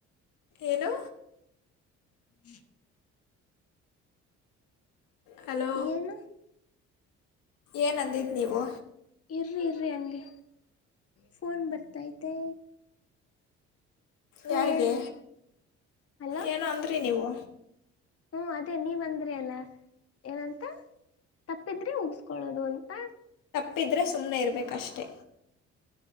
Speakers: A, on the left; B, on the left.
A: ಏನು
B: ಹ್ಮ
A: ಹಲೋ
B: ಏನು
A: ಏನುಂದಿದ್ದ ನೀವು
B: ಇರಿ ಇರಿ ಹಂಗೆ ಫೋನ್ ಬರ್ತೈತೆ ಹ್ಮ
A: ಯಾರಿಗೆ
B: ಹೇಳ್ರಿ ಹಲೋ
A: ಏನು ಅಂದ್ರಿ ನೀವು
B: ಹ್ಮ ಅದೇ ನೀವ್ ಅಂದ್ರಿ ಅಲ್ಲ ಏನಂತ ತಪ್ಪಿದ್ರೆ ಉಗಸ್ಕೊಳ್ಳೋದು ಅಂತ
A: ತಪ್ಪಿದ್ರೆ ಸುಮ್ಮ್ನೆ ಇರಬೇಕಷ್ಟೇ